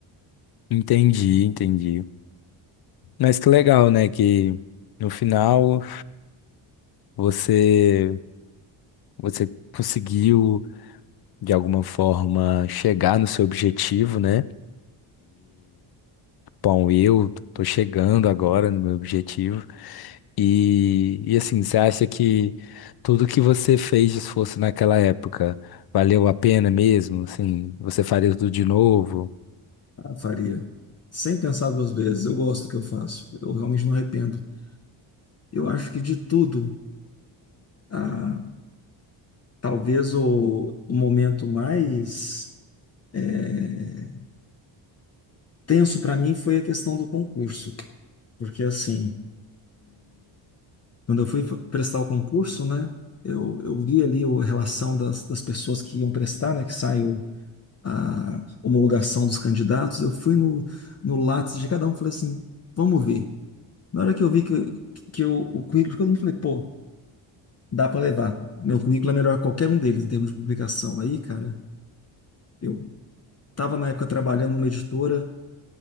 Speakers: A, on the left; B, on the left.
A: Entendi, entendi. Mas que legal, né? Que no final você, você conseguiu, de alguma forma, chegar no seu objetivo, né? Bom, eu tô chegando agora no meu objetivo. E, e assim, você acha que tudo que você fez de esforço naquela época valeu a pena mesmo? Assim, você faria tudo de novo?
B: Ah, faria. Sem pensar duas vezes. Eu gosto do que eu faço. Eu realmente não arrependo. Eu acho que de tudo, ah, talvez o, o momento mais eh, tenso para mim foi a questão do concurso. Porque assim, Quando eu fui f- prestar o concurso, né, eu, eu vi ali o- a relação das, das pessoas que iam prestar, né, que saiu a homologação dos candidatos. Eu fui no, no Lattes de cada um, falei assim, vamos ver. Na hora que eu vi que, que eu, o currículo, de todo falei, pô, dá para levar. Meu currículo é melhor que qualquer um deles em termos de publicação. Aí, cara, eu estava na época trabalhando numa editora,